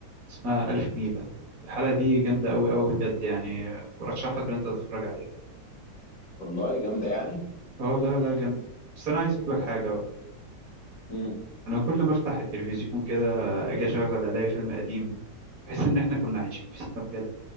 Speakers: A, on the right (about 55°); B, on the left (about 50°).
A: اسمها ألف نيلة الحلقة دي جامدة أوي أوي بجد يعني ورشح لك إن أنت تتفرج عليها
B: والله جامده يعني
A: اه لا لا جامد بس أنا عايز أقول لك حاجة بقى
B: امم
A: أنا كل ما أفتح التلفزيون كده أجي أشغل ألاقي فيلم قديم بحس ان احنا كنا عايشين في سينما بجد